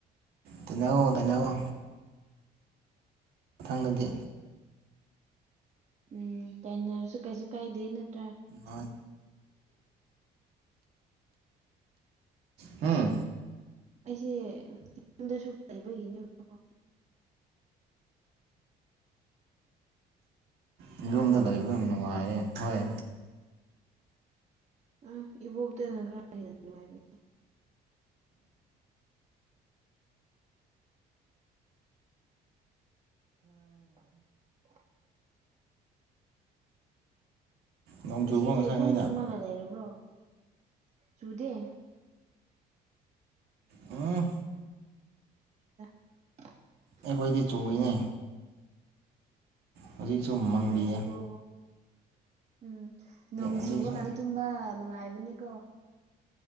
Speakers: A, on the right (about 70°); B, on the right (about 40°).
A: ꯇꯥꯏꯅꯩꯋꯣ ꯇꯥꯏꯅꯒꯣ ꯃꯊꯪꯗꯗꯤ
B: ꯎꯝ ꯇꯥꯏꯅꯔꯁꯨ ꯀꯩꯁꯨ ꯀꯥꯏꯗꯦ ꯅꯠꯇ꯭ꯔꯥ
A: ꯅꯣꯏ ꯍꯨꯝ
B: ꯑꯩꯁꯦ ꯌꯨꯝꯗꯁꯨ ꯂꯩꯕꯒꯤꯅꯦꯕꯀꯣ
A: ꯌꯨꯝꯗ
B: ꯇꯥꯕ꯭ꯔꯣ
A: ꯂꯩꯕ ꯅꯨꯡꯉꯥꯏꯔꯦ ꯍꯣꯏ
B: ꯎꯝ ꯏꯕꯣꯛꯇꯅ ꯈꯔ ꯍꯦꯟꯅ ꯅꯨꯡꯉꯥꯏꯕꯅꯦ <inaudible>
A: ꯅꯣꯡ
B: ꯉꯁꯤꯗꯤ
A: ꯆꯨꯕ꯭ꯔꯣ ꯉꯁꯥꯏ
B: ꯑꯗꯨꯝ
A: ꯅꯣꯏꯗ
B: ꯇꯨꯝꯃꯒ ꯂꯩꯔꯕ꯭ꯔꯣ ꯆꯨꯗꯦ
A: ꯎꯝ
B: <unintelligible>
A: ꯑꯩꯈꯣꯏꯗꯤ ꯆꯨꯏꯎꯅꯦ ꯍꯧꯖꯤꯛꯁꯨ ꯃꯡꯂꯤꯌꯦ
B: ꯐꯩꯀꯣ ꯎꯝ ꯅꯣꯡ
A: ꯍꯧꯖꯤꯛꯁꯨ
B: ꯆꯨꯕ ꯀꯥꯟꯗ ꯇꯨꯝꯕ ꯅꯨꯡꯉꯥꯏꯕꯅꯤꯀꯣ